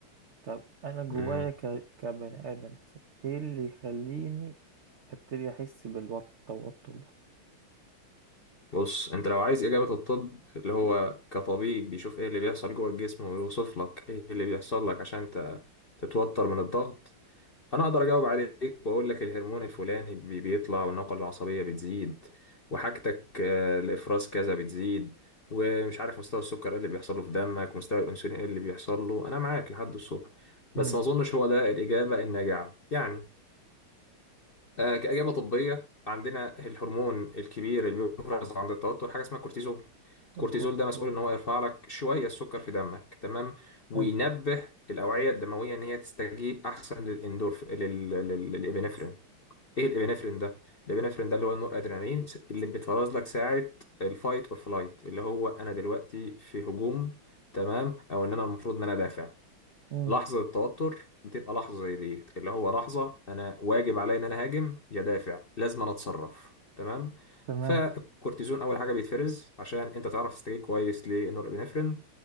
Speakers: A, on the right (about 75°); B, on the left (about 45°).
A: طب انا جوايا
B: مم.
A: ك... كبني ادم مثلا ايه اللي يخليني ابتدي احس بالتوتر ده
B: بص انت لو عايز اجابه الطب اللي هو كطبيب بيشوف ايه اللي بيحصل جوه الجسم ويوصف لك ايه اللي بيحصل لك عشان ت- تتوتر من الضغط انا اقدر اجاوب عليك واقول لك الهرمون الفلاني بي- بيطلع والنقله العصبيه بتزيد وحاجتك آه، الافراز كذا بتزيد ومش عارف مستوى السكر ايه اللي بيحصل له في دمك مستوى الانسولين ايه اللي بيحصل له انا معاك لحد الصبح بس
A: امم
B: ما اظنش هو ده الاجابه الناجعه يعني آه، كاجابه طبيه عندنا الهرمون الكبير اللي بيفرز عند التوتر حاجه اسمها كورتيزون الكورتيزول
A: الكورتيزول
B: ده مسؤول ان هو يرفع لك شويه السكر في دمك تمام وينبه
A: حلو
B: الاوعيه الدمويه ان هي تستجيب احسن للاندورف لل... لل... للابنفرين ايه الابنفرين ده الابنفرين ده اللي هو النور ادرينالين اللي بيتفرز لك ساعه الفايت اور فلايت اللي هو انا دلوقتي في هجوم تمام او ان انا المفروض ان انا دافع
A: امم
B: لحظة التوتر بتبقى لحظة زي دي اللي هو لحظة أنا واجب عليا إن أنا هاجم يا دافع لازم أنا أتصرف تمام
A: تمام
B: فالكورتيزون أول حاجة بيتفرز عشان أنت تعرف تستجيب كويس للنورابينفرين